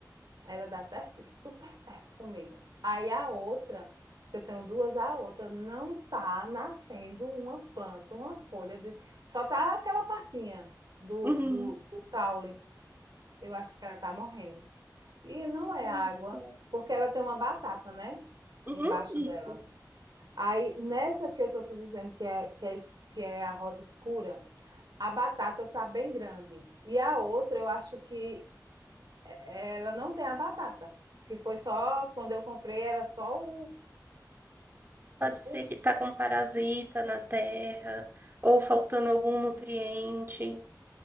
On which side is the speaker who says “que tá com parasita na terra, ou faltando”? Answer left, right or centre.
Right